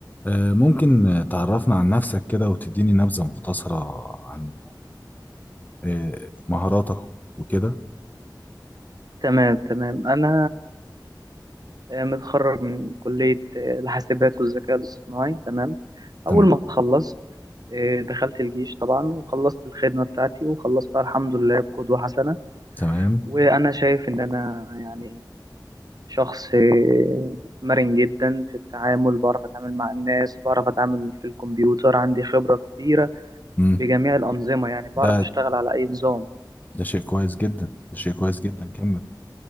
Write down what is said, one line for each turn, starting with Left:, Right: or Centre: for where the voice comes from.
Left: آه، ممكن آه، تعرفنا عن نفسك كده وتديني نبذة مختصرة عن آه، مهاراتك وكده
Right: تمام تمام أنا آه، متخرج من كلية آه، الحاسبات والذكاء الاصطناعي تمام
Left: تمام
Right: أول ما خلصت آه، دخلت الجيش طبعا وخلصت الخدمة بتاعتي وخلصتها الحمد لله بقدوة حسنة
Left: تمام
Right: وأنا شايف إن أنا يعني شخص آه، مرن جدا في التعامل بعرف أتعامل مع الناس بعرف أتعامل في الكمبيوتر عندي خبرة كبيرة
Left: مم.
Right: بجميع الأنظمة يعني بعرف
Left: ده
Right: أشتغل على أي نظام
Left: ده شيء كويس جدا ده شيء كويس جدا كمل